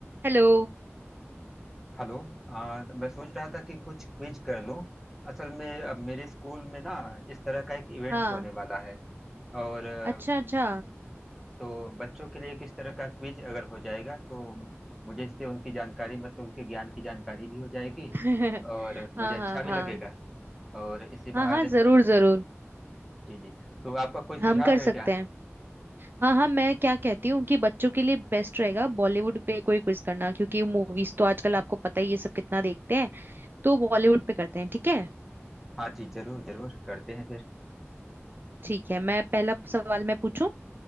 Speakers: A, on the right; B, in the centre.
A: Hello
B: Hello आ, मैं सोच रहा था कि कुछ क्विज कर लूं असल में अब मेरे स्कूल में ना इस तरह का एक इवेंट
A: हाँ
B: होने वाला है और अ,
A: अच्छा अच्छा
B: तो बच्चों के लिए किस तरह का क्विज अगर हो जाएगा तो मुझे इससे उनकी जानकारी मतलब उनके ज्ञान की जानकारी भी हो जाएगी
A: <laughs>
B: और मुझे
A: हाँ
B: अच्छा
A: हाँ
B: भी
A: हाँ
B: लगेगा और इसी बहाने
A: हाँ हाँ
B: में
A: जरूर जरूर
B: जी जी तो आपका कोई सुझाव
A: हम कर
B: है
A: सकते
B: क्या
A: हैं हाँ हाँ मैं क्या कहती हूँ कि बच्चों के लिए बेस्ट रहेगा बॉलीवुड पे कोई क्विज करना क्योंकि मूवीज तो आजकल आपको पता ही ये सब कितना देखते हैं तो बॉलीवुड पे करते हैं ठीक है
B: हाँ जी जरूर जरूर करते हैं फिर
A: ठीक है मैं पहला सवाल मैं पूछूं